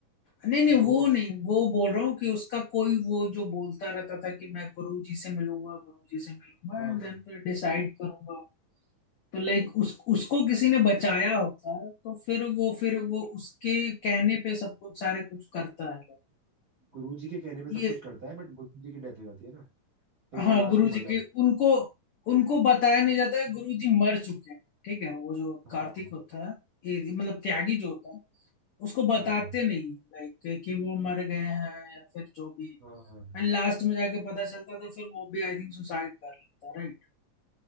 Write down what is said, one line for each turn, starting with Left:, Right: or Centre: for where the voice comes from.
Left: नहीं नहीं
Right: तो वो
Left: वो नहीं वो बोल रहा हूँ कि उसका कोई वो जो बोलता रहता था कि मैं गुरु जी से मिलूंगा गुरु जी से मिलूंगा
Right: हाँ
Left: एंड देन
Right: हाँ
Left: फिर डिसाइड करूंगा तो लाइक उस उसको किसी ने बचाया होता है तो फिर वो फिर वो उसके कहने पे सब कुछ सारे कुछ करता है
Right: गुरु जी के कहने पे सब
Left: ये
Right: कुछ करता है बट गुरु जी की डेथ हो जाती है ना तो
Left: हाँ
Right: वो लास्ट
Left: गुरु
Right: में
Left: जी
Right: मर जाता
Left: के उनको उनको बताया नहीं जाता है गुरु जी मर चुके हैं ठीक है वो जो
Right: है
Left: कार्तिक
Right: हाँ हाँ
Left: होता है ये- मतलब त्यागी जो होता है उसको बताते
Right: हाँ
Left: नहीं लाइक कि वो मर गए हैं या फिर जो भी
Right: हाँ हाँ हाँ,
Left: एंड लास्ट में जाके पता चलता तो फिर वो भी आई थिंक सुसाइड कर लेता राइट